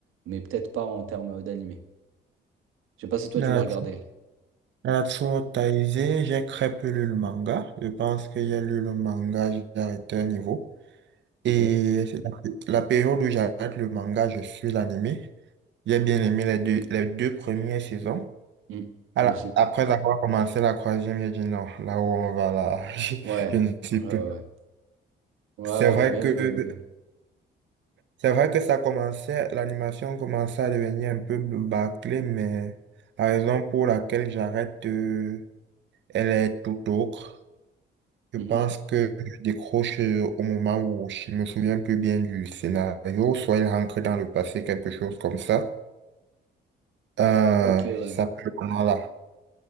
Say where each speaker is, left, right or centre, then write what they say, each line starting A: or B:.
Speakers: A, on the right; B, on the right.
A: mais peut-être pas en termes d'animé. Je sais pas si toi
B: Na-
A: tu l'as regardé.
B: Natsuo Taizai, j'ai très peu lu le manga. Je pense que j'ai lu le manga, j'ai arrêté un niveau.
A: Ok.
B: Et c'est la, la période où j'arrête le manga, je suis l'animé J'ai bien aimé les deux, les deux premières saisons.
A: Hmm.
B: À
A: Moi
B: la-
A: aussi.
B: Après avoir commencé la troisième, j'ai dit non, là où on va là, <laughs> je,
A: Ouais.
B: je ne suis
A: Ouais, ouais,
B: plus.
A: ouais. Ouais,
B: C'est
A: ouais,
B: vrai
A: puis même.
B: que
A: euh,
B: c'est vrai que ça commençait, l'animation commençait à devenir un peu bâclée, mais la raison pour laquelle j'arrête, euh, elle est tout autre. Je
A: mhm.
B: pense que je décroche euh, au moment où je ne me souviens plus bien du scénario, soit il rentre dans le passé, quelque chose comme ça. Euh,
A: Ok, ouais.
B: ça là.